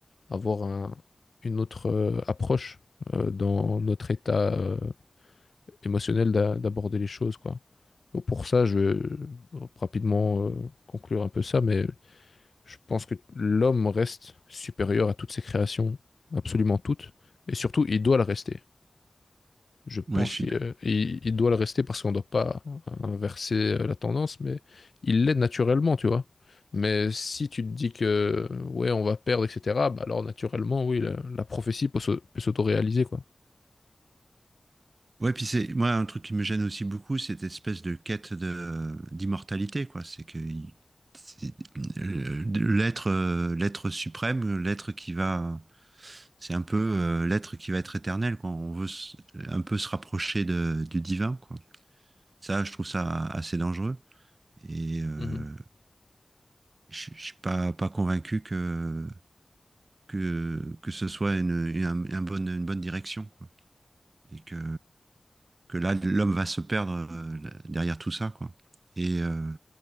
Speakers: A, on the left (about 65°); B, on the right (about 55°).
A: avoir un- une autre euh, approche euh, dans notre état euh, émotionnel d'a- d'aborder les choses, quoi. Donc, pour ça, je vais euh, rapidement euh, conclure un peu ça, mais je pense que l'homme reste supérieur à toutes ses créations, absolument toutes, et surtout, il doit le rester. Je pense
B: ouais, je suis
A: qu'il euh, il- il doit le rester parce qu'on ne doit pas inverser euh, la tendance, mais il l'est naturellement, tu vois. Mais si tu te dis que ouais, on va perdre, etc., bah alors naturellement, oui, la, la prophétie peut se- peut s'autoréaliser, quoi.
B: Ouais, puis c'est moi un truc qui me gêne aussi beaucoup, cette espèce de quête de d'immortalité, quoi. C'est que il- c'est- euh, l'être euh, l'être suprême, l'être qui va, c'est un peu euh, l'être qui va être éternel, quoi. On veut s- un peu se rapprocher de, du divin, quoi. Ça, je trouve ça assez dangereux. Et euh,
A: Mhm.
B: je, je suis pas pas convaincu que que que ce soit une, une, un- un bonne- une bonne direction, quoi. Et que que là, l'homme va se perdre euh, derrière tout ça, quoi. Et, euh,